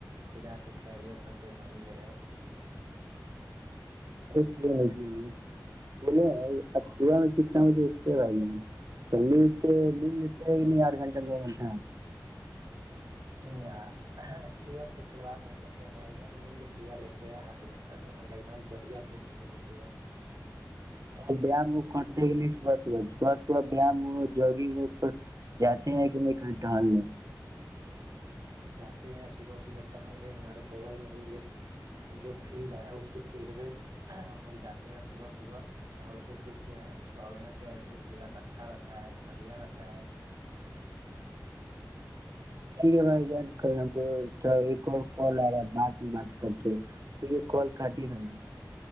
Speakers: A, on the right; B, on the right.
A: خدا کی خیریت ہو پہ بنی رہے
B: ک نہیں بولے اب صبح میں کتنا بجے اٹتے ہیں بھائی جلدی اٹھتے مل لیتے ہیں کہ نہیں آٹھ گھنٹہ دو گھنٹہ
A: یہ صحت سے کھلواڑ نہیں کرتےائی نیند پورا لیتے ہیں آٹھ گھنٹہ نو گھنٹہ ایک دم بڑھیا سے نیند لیتے ہیں
B: تو بیام وہ کرتے
A: نیند
B: کہ نہیں ساص ہوا شاص ہوا بیام ہو جوگ پر جاتے ہیں کہ نہیں کہ ٹہالنے
A: جاتے ہیں صبح صبح ٹہلنے ہمارے بغل میں ہی ایک جو فیلڈ ہے اسی فیلڈ میں ہم لوگ جاتے ہیں صبح صبح ٹہلتے پھرتے ہیں ٹہلنے سے ایسے صحت اچھا رہتا ہے بڑھیا رہتا ہے
B: ٹھیک ہے بھائی جان کرنا کو تو ایک کال آا بات میں بات کرتی ٹیک ہے کال کاٹی میں نے